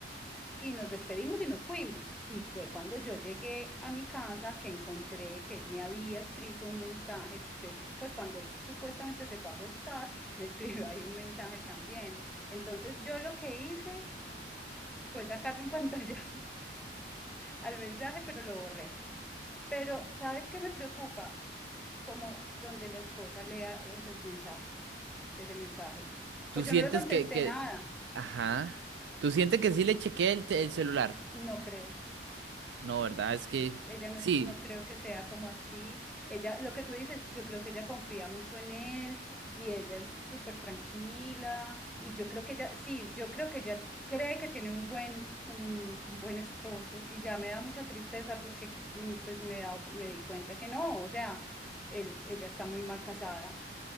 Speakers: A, in the centre; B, on the right.
A: y nos despedimos y nos fuimos. Y fue cuando yo llegué a mi casa que encontré que él me había escrito un mensaje, después cuando él supuestamente se fue a acostar, me <laughs> escribió ahí un mensaje también. Entonces yo lo que hice fue sacarle un pantallazo al mensaje, pero lo borré. Pero, ¿sabes qué me preocupa? Como donde la esposa lea ese mensaje, ese mensaje.
B: ¿Tú
A: Pues
B: sientes
A: yo no le contesté
B: que, que,
A: nada,
B: ajá, tú sientes que sí le chequeé el, te- el celular?
A: no creo.
B: No, ¿verdad? Es que,
A: Ella no
B: sí,
A: es, no creo que sea como así. Ella, lo que tú dices, yo creo que ella confía mucho en él y ella es súper tranquila y yo creo que ella, sí, yo creo que ella cree que tiene un buen, un, un buen esposo y ya me da mucha tristeza porque mm, pues me da, me di cuenta que no, o sea, él, ella está muy mal casada.